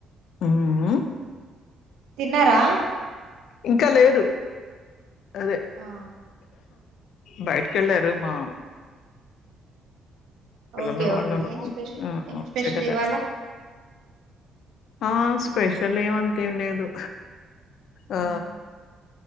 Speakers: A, on the left; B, on the right.
A: ఉమ్
B: తిన్నారా
A: ఇంకా లేదు అదే
B: ఆ
A: బయటకెళ్లారు మా పిల్లలు
B: ఓకే
A: వాళ్ళను
B: ఓకే ఏం స్పెషల్ ఏం
A: వచ్చక
B: స్పెషల్
A: చేస్తా
B: ఇవాళ
A: ఆ స్పెషల్ ఏమంతేం లేదు ఆ
B: ఉమ్